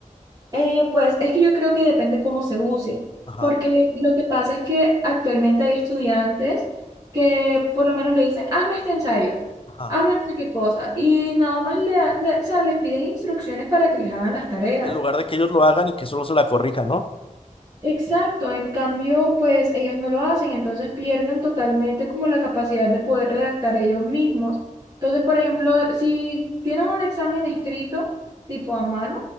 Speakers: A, on the right; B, on the left.
A: Eh, pues es que yo creo que depende cómo se use,
B: Ajá,
A: porque lo que pasa es que actualmente hay estudiantes que por lo menos le dicen, hazme este ensayo,
B: ajá.
A: hazme no sé qué cosa, y nada más le, le- o sea, les piden instrucciones para que les hagan las tareas.
B: En lugar de que ellos lo hagan y que solo se la corrijan, ¿no?
A: Exacto, en cambio, pues ellos no lo hacen, entonces pierden totalmente como la capacidad de poder redactar ellos mismos. Entonces, por ejemplo, si tienen un examen escrito, tipo a mano,